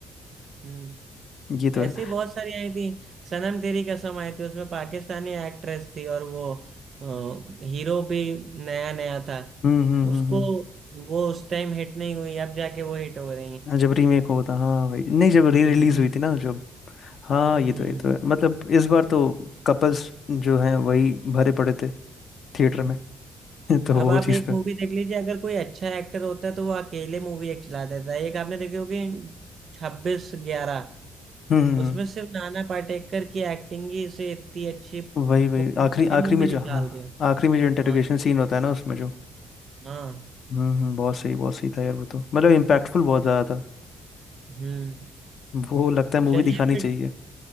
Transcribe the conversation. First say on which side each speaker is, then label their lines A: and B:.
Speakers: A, on the right; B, on the left.
A: हम्म
B: ये तो
A: ऐसी
B: है
A: बहुत सारी आई थी सनम तेरी कसम आई थी उसमें पाकिस्तानी एक्ट्रेस थी और वो हीरो भी नया नया था
B: हम्म हम्म
A: उसको
B: हम्म हम्म।
A: वो उस टाइम हिट नहीं हुई अब जाके वो हिट हो रही हैं।
B: हाँ, जब रीमेक होता हाँ वही नहीं जब री रिलीज
A: हम्म
B: हुई थी ना जब हाँ ये
A: हम्म
B: तो ये तो है मतलब इस बार तो कपल्स जो हैं वही भरे पड़े थे थिएटर
A: हम्म
B: में <laughs> तो
A: अब
B: वो
A: आप
B: चीज़
A: एक
B: तो
A: मूवी
B: है
A: देख लीजिए अगर कोई अच्छा एक्टर होता है तो वो अकेले मूवी एक चला देता है एक आपने देखी होगी छब्बीस ग्यारह
B: हम्म हम्म,
A: उसमें
B: हम्म।
A: सिर्फ नाना पाटेकर की एक्टिंग ही से इतनी अच्छी पू-
B: वही वही आखिरी
A: पूरी
B: आखिरी
A: मूवी
B: में
A: निकाल
B: जो हाँ
A: दिया
B: आखिरी में जो इंटरोगेशन
A: हाँ
B: सीन होता है ना उसमें जो
A: हाँ
B: हम्म हम्म, बहुत सही बहुत सही था यार वो तो मतलब इम्पैक्टफुल बहुत ज़्यादा था
A: हम्म
B: वो लगता है मूवी
A: चलिए
B: दिखानी
A: फिर
B: चाहिए